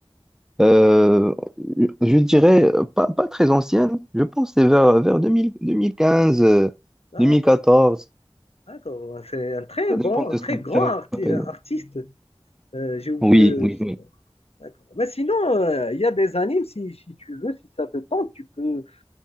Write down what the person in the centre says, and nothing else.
euh, je dirais euh, pas, pas très ancienne. Je pense que c'est vers, vers 2000, 2015, euh,
deux mille quatorze
Ça
dépend de
ce
que tu
appelles.
Oui,
oui, oui.